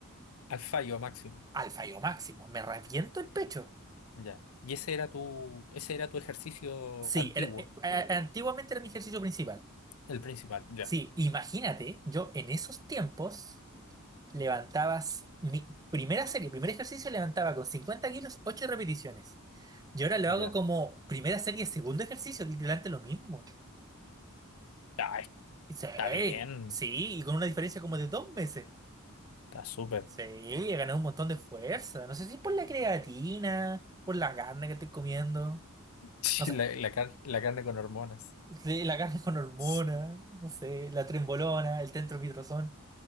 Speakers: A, on the left (about 70°); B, on the right (about 15°).
A: al fallo máximo.
B: al fallo máximo, me reviento el pecho.
A: Ya. Y ese era tu, ese era tu ejercicio
B: Sí,
A: antiguo,
B: era- eh, a- antiguamente era mi ejercicio principal.
A: el principal. Ya,
B: Sí, imagínate, yo en esos tiempos levantaba, ci- mi primera serie, primer ejercicio levantaba con 50 kilos, 8 repeticiones. Y ahora lo
A: ya.
B: hago como primera serie, segundo ejercicio, literalmente lo mismo.
A: Ah,
B: Sí,
A: está bien.
B: sí, y con una diferencia como de dos meses.
A: Está súper.
B: Sí, he ganado un montón de fuerza. No sé si es por la creatina, por la carne que estoy comiendo,
A: <laughs>
B: no sé.
A: La, la car- la carne con hormonas.
B: Sí, la carne con hormonas,
A: Sí.
B: no sé, la trembolona, el tentropidrazón.